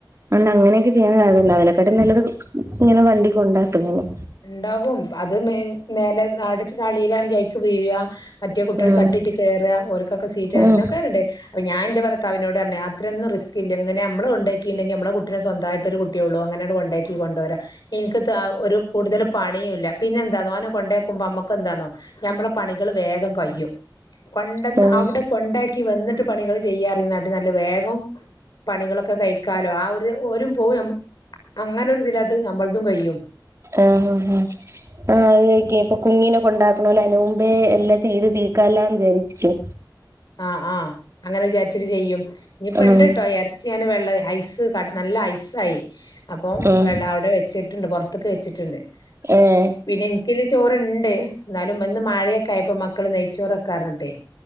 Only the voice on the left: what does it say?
ഇണ്ടാകും അത്‌ മേ നേലേ നട ചളിലാണെങ്കി അയിക്ക് വീഴാ മറ്റേ കുട്ടികൾ
തട്ടിട്ട് കേറാ ഓൽക്കൊക്കെ സീറ്റ്
എന്തോക്കോണ്ട് അപ്പ ഞാൻ ഇന്റെ ഭർത്താവിനോട് പർഞ്ഞ് അത്രൊന്നും റിസ്കില്ല ഇങ്ങനെ ഞമ്മള് കൊണ്ടാക്കിണ്ടെങ്കി നമ്മള് കുട്ടിനേ സ്വന്തായിട്ടൊരു കുട്ടിയൊള്ളു അങ്ങനണ്ട് കൊ ണ്ടാക്കി കൊണ്ടോരാ ഇൻക്ക് താ ഒരു ഒരു പണിയുംല്ല പിന്നെ എന്താന്നോ ഓനെ കൊണ്ടാക്കുമ്പോ അമ്മക്കെന്താന്നോ ഞമ്മളെ പണികള് വേഗം കയ്യും കൊണ്ടന്ന്
അവടെ കൊണ്ട ക്കി വന്ന്ട്ട് പണികള് ചെയ്യാന്നറിനേ കാട്ടിം നല്ലത് വേഗം പണികളൊക്കെ കഴിക്കാലോ ആ ഒരു ഓരും പോവും ഞമ്മ അങ്ങനൊരു ഇതിലണ്ട് ഞമ്മൾതും കയ്യും
ആഹ് ആഹ് അങ്ങനെ വിചാരിച്ചിട്ട് ചെയ്യും ഇനി ഇപ്പണ്ട്ട്ടോ
എ ചെയ്യാന് വെള്ളവേ ഐസ് നല്ല ഐസായി അപ്പം
വെള്ളം അവിടെ വെച്ച് ട്ട്ണ്ട് പൊർത്ത്ക്ക് വെച്ചിട്ടുണ്ട്
പിന്നെ ഇൻക്ക്ള്ള ചോറ്ണ്ട് ഇന്നാലും ഇന്ന് മഴയൊക്കെ ആയപ്പോ മക്കള് നെയ്ച്ചോറെക്കാർഞ്ഞിട്ടെ